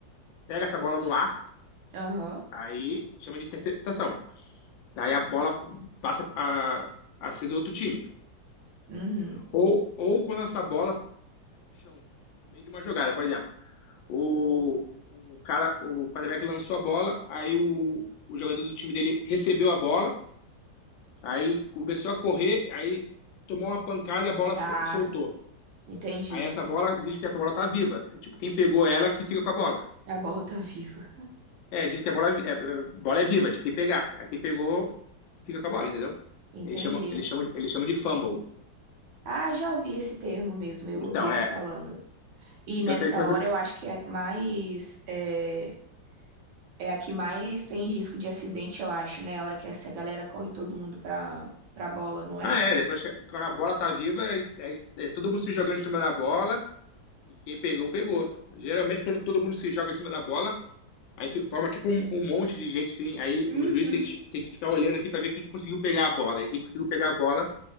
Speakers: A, on the left (about 80°); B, on the right (about 80°).
A: pega essa bola no ar,
B: Aham.
A: aí chama de interceptação. Daí a bola passa a, a ser do outro time.
B: Uhum.
A: Ou, ou quando essa bola cai no chão, no meio de uma jogada, por exemplo. O, o cara, o quarterback lançou a bola, aí o, o jogador do time dele recebeu a bola, aí começou a correr, aí tomou uma pancada e a bola
B: Tá.
A: sa- soltou.
B: Entendi.
A: Aí essa bola, diz que essa bola tá viva. É, tipo, quem pegou ela que fica com a bola.
B: A bola tá viva.
A: É, diz que a bola é, vi- é, é, bola é viva, de quem pegar. Aí quem pegou fica com a bola, entendeu?
B: Entendi.
A: Ele chama, ele chama, ele chama de fumble.
B: Ah, já ouvi esse termo mesmo.
A: Então,
B: Eu ouvi eles
A: é.
B: falando. E
A: Então,
B: nessa
A: tem essa-
B: hora eu acho que é mais. É, é a que mais tem risco de acidente, eu acho, né? A hora que essa galera corre todo mundo pra, pra bola, não é?
A: Ah, é. Depois que quando a bola tá viva, é, é- é todo mundo se jogando em cima da bola e quem pegou, pegou. Geralmente, quando todo mundo se joga em cima da bola, aí fi- forma tipo um, um monte de gente, sim. Aí
B: Uhum.
A: o juiz tem que, tem que ficar olhando assim pra ver quem conseguiu pegar a bola. Aí quem conseguiu pegar a bola